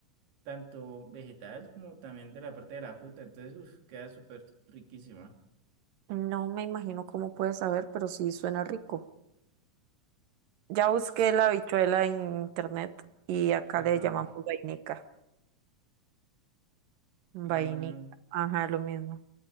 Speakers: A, on the right; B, on the right.
A: tanto vegetal como también de la parte de la fruta, entonces uf, queda súper riquísima.
B: No me imagino cómo puede saber, pero sí suena rico. Ya busqué
A: Sí,
B: la habichuela en internet y acá
A: Ajá.
B: le llamamos vainica. Vainica.
A: Ah,
B: Ajá, lo mismo.